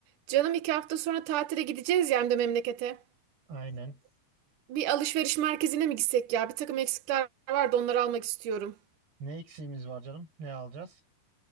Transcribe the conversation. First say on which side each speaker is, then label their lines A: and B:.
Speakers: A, on the right; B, on the right.
A: Canım iki hafta sonra tatile gideceğiz ya hem de memlekete.
B: Aynen.
A: Bir alışveriş merkezine mi gitsek ya? Bir takım eksikler vardı onları almak istiyorum.
B: Ne eksiğimiz var canım? Ne alacağız?